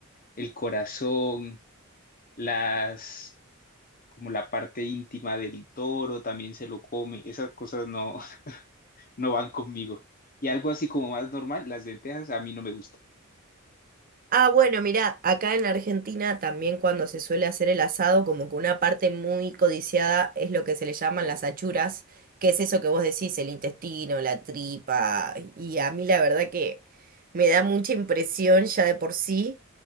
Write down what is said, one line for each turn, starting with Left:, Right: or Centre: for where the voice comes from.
Left: el corazón, las, como la parte íntima del toro también se lo come, esas cosas no, <laughs> no van conmigo. Y algo así como más normal, las lentejas a mí no me gusta.
Right: Ah, bueno, mira, acá en Argentina también cuando se suele hacer el asado, como que una parte muy codiciada es lo que se le llaman las achuras, que es eso que vos decís, el intestino, la tripa, y a mí la verdad que me da mucha impresión ya de por sí